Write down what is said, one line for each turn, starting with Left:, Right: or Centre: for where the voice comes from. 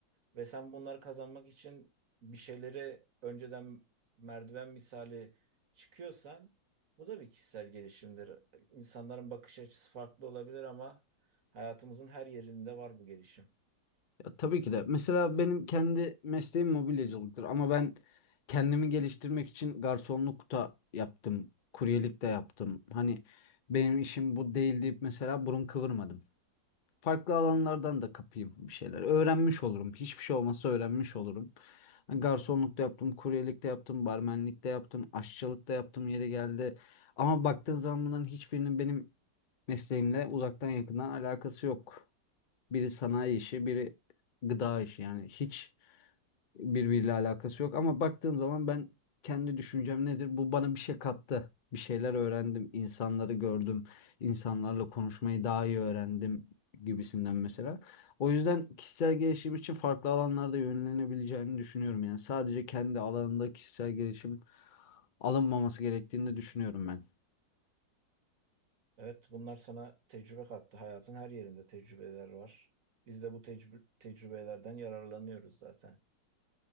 Right: ve sen bunları kazanmak için bir şeyleri önceden merdiven misali çıkıyorsan bu da bir kişisel gelişimdir İnsanların bakış açısı farklı olabilir ama hayatımızın her yerinde var bu gelişim.
Left: Ya Tabii ki de. Mesela benim kendi mesleğim mobilyacılıktır ama ben kendimi geliştirmek için garsonluk da yaptım, kuryelik de yaptım. Hani benim işim bu değil deyip mesela burun kıvırmadım. Farklı alanlardan da kapayım bir şeyler. Öğrenmiş olurum. Hiçbir şey olmasa öğrenmiş olurum. Hani Garsonluk da yaptım, kuryelik de yaptım, barmenlik de yaptım, aşçılık da yaptım yeri geldi. Ama baktığın zaman bunların hiçbirinin benim mesleğimle uzaktan yakından alakası yok. Biri sanayi işi, biri gıda işi. Yani hiç birbiriyle alakası yok. Ama baktığın zaman ben kendi düşüncem nedir? Bu bana bir şey kattı. Bir şeyler öğrendim, insanları gördüm, insanlarla konuşmayı daha iyi öğrendim gibisinden mesela. O yüzden kişisel gelişim için farklı alanlarda yönlenebileceğini düşünüyorum. Yani sadece kendi alanında kişisel gelişim alınmaması gerektiğini de düşünüyorum ben.
Right: Evet, bunlar sana tecrübe kattı. Hayatın her yerinde tecrübeler var. Biz de bu tecrü- tecrübelerden yararlanıyoruz zaten.